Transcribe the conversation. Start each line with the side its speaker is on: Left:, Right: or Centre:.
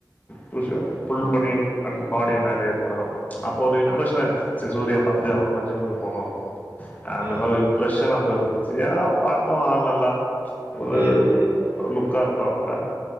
Left: புசு புல் பண்ணி அ பாடிய மேலே எடுத்து வரப்போ அப்போ ஒரு இம்ப்ரெஷன்
Right: ஆமா.
Left: ஆ இருந்துச்சு சூர்யா பாத்தது அவரப் பாத்து ஜிம்முக்கு போனும் அந்த
Right: ம்,
Left: மாதிரி ரெஷனா போயிருந்துச்சு ஏா பாக்கோ ஆள் நல்லா ஒரு
Right: ம், ம், ம்,
Left: லுக்கா இரு க்காப்ல